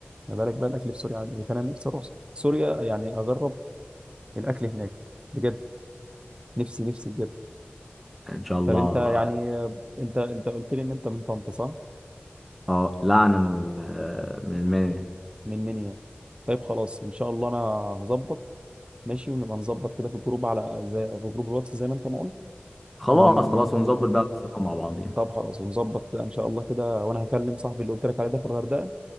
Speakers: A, on the right (about 25°); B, in the centre.
A: ما بالك بقى الاكل في سوريا عامل ايه فانا نفسي اروح سوريا يعني اجرب الاكل هناك بجد نفسي نفسي بجد
B: إن شاء الله
A: طب انت يعني انت انت قلت لي ان انت من طنطا صح؟
B: اه لعنة من ال- من المانيا
A: من منيا طيب خلاص ان شاء الله انا هظبط ماشي ونبقى نظبط كده في الجروب على زي في جروب الواتس زي ما انت ما قلت
B: خلاص
A: ون
B: خلاص ونظبط بقى ونسافر مع بعضينا
A: طب خلاص ونظبط كده ان شاء الله كده وانا هكلم صاحبي اللي قلت لك عليه ده في الغردقه